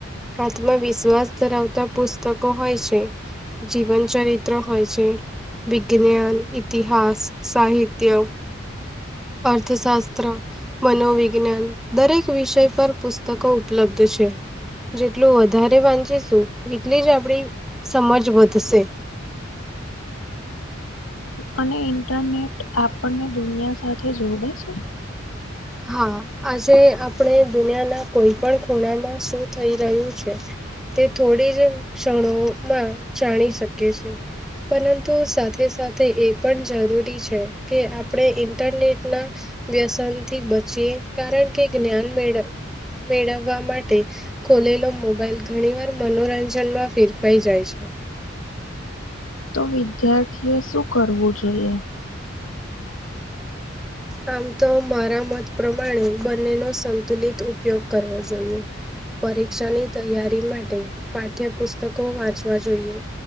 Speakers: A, in the centre; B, on the left.
A: આત્મવિશ્વાસ ધરાવતા પુસ્તકો હોય છે. જીવન ચરિત્ર હોય છે, વિજ્ઞાન, ઇતિહાસ, સાહિત્ય અર્થશાસ્ત્ર, મનોવિજ્ઞાન, દરેક વિષય પર પુસ્તકો ઉપલબ્ધ છે. જેટલું વધારે વાંચીશું, એટલી જ આપણી સમજ વધશે.
B: અને ઇન્ટરનેટ આપણને દુનિયા સાથે જોડે છે?
A: હા, આજે આપણે દુનિયાના કોઈ પણ ખૂણામાં શું થઈ રહ્યું છે તે થોડી જ ક્ષણોમાં જાણી શકીએ છે. પરંતુ સાથે સાથે એ પણ જરૂરી છે કે આપણે ઇન્ટરનેટના વ્યસન થી બચીએ, કારણ કે જ્ઞાન મેળ મેળવવા માટે ખોલેલો મોબાઈલ, ઘણી વાર મનોરંજનમાં ફેરફાઈ જાય છે.
B: તો વિદ્યાર્થી એ શું કરવું જોઈએ?
A: આમ તો, મારા મત પ્રમાણે બંનેનો સંતુલિત ઉપયોગ કરવો જોઈએ. પરીક્ષાની તૈયારી માટે, પાઠ્યપુસ્તકો વાંચવા જોઈએ.